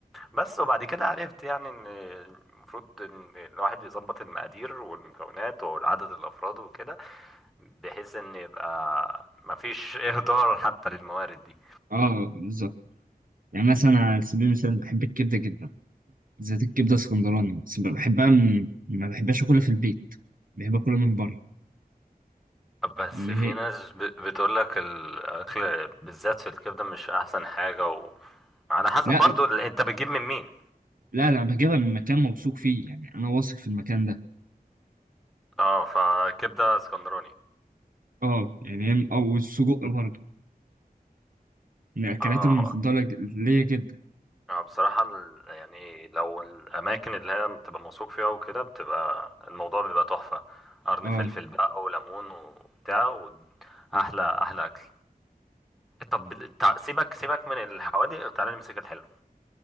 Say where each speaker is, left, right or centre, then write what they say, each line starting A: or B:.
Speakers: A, in the centre; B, on the right (about 60°).
A: بس وبعد كده عرفت يعني ان المفروض ان الواحد يظبط المقادير والمكونات وعدد الافراد وكده بحيث ان يبقى مفيش <laughs> اهدار حتى للموارد دي
B: اه بالظبط يعني مثلا على سبيل المثال بحب الكبده جدا بالذات الكبده اسكندراني بس بحبها من ما بحبهاش اكلها في البيت بحب اكلها من بره
A: بس
B: اللي
A: في
B: هي
A: ناس ب- بتقولك الاكل بالذات في الكبده مش احسن حاجه و... على حسب
B: لا
A: برضو ال- انت بتجيب من مين
B: لا لا بجيبها من مكان موثوق فيه يعني انا واثق في المكان ده
A: اه فكبده اسكندراني
B: اه يعني هي او السجق برضه من الاكلات
A: اه
B: المفضله ج- ليا جدا
A: آه، بصراحة ال- يعني لو الأماكن اللي هي بتبقى موثوق فيها وكده بتبقى الموضوع بيبقى تحفة قرن
B: اه
A: فلفل بقى وليمون وبتاع وأحلى أحلى أحلى أكل طب بال- تع- سيبك سيبك من الحوادق وتعالى نمسك الحلو